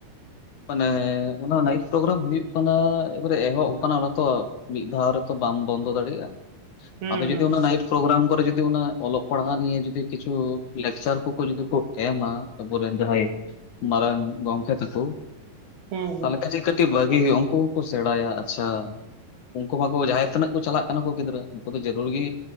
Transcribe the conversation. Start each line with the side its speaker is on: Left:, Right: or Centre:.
Left: ᱢᱟᱱᱮ ᱚᱱᱟ ᱱᱟᱭᱤᱴ ᱯᱨᱳᱜᱨᱟᱢ ᱦᱩᱭᱩᱜ ᱠᱟᱱᱟ, ᱮᱵᱟᱨᱮ ᱮᱦᱚᱵ ᱟᱠᱟᱱᱟ ᱚᱱᱟ ᱛᱚ ᱢᱤᱫ ᱫᱷᱟᱣ ᱨᱮᱛᱚ ᱵᱟᱢ ᱵᱚᱱᱫᱚ ᱫᱟᱲᱮᱭᱟᱜᱼᱟ ᱾
Right: ᱦᱩᱸ
Left: ᱟᱫᱚ ᱡᱩᱫᱤ
Right: ᱦᱩᱸ
Left: ᱚᱱᱟ ᱱᱟᱭᱤᱴ ᱯᱨᱳᱜᱨᱟᱢ ᱠᱚᱨᱮ ᱡᱩᱫᱤ ᱚᱱᱟ ᱚᱞᱚᱜ ᱯᱟᱲᱦᱟᱜ ᱱᱤᱭᱮ ᱡᱩᱫᱤ ᱠᱤᱪᱷᱩ ᱞᱮᱠᱪᱟᱨ ᱠᱚᱠᱚ ᱡᱩᱫᱤ ᱠᱚ ᱮᱢᱟ ᱟᱵᱚᱨᱮᱱ ᱡᱟᱦᱟᱸᱭ, ᱢᱟᱨᱟᱝ ᱜᱚᱝᱠᱮ ᱛᱟᱠᱚ,
Right: ᱦᱩᱸ
Left: ᱛᱟᱦᱞᱮ ᱠᱷᱟᱡ ᱪᱤᱠᱟᱹᱛᱮ ᱵᱷᱟᱜᱤ ᱦᱩᱭᱳᱜᱼᱟ, ᱩᱱᱠᱩ ᱦᱚᱸᱠᱚ ᱥᱮᱬᱟᱭᱟ ᱟᱪᱪᱷᱟ ᱾ ᱩᱱᱠᱩ ᱢᱟᱠᱚ ᱡᱟᱦᱟᱸᱭ ᱛᱤᱱᱟᱹᱜ ᱠᱚ ᱪᱟᱞᱟᱜ ᱠᱟᱱᱟ ᱠᱚ ᱜᱤᱫᱽᱨᱟᱹ ᱩᱱᱠᱩ ᱫᱚ ᱡᱟᱹᱨᱩᱲ ᱜᱮ